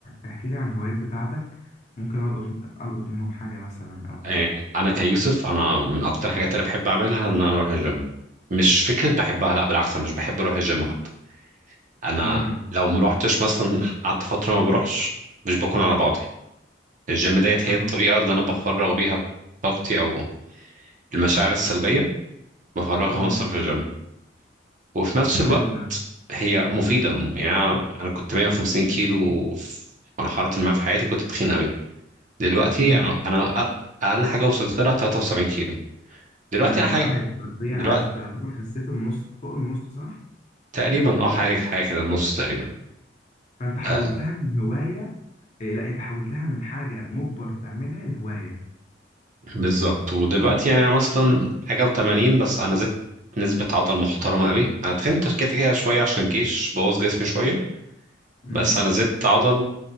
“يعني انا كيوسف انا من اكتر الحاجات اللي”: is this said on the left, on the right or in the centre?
Right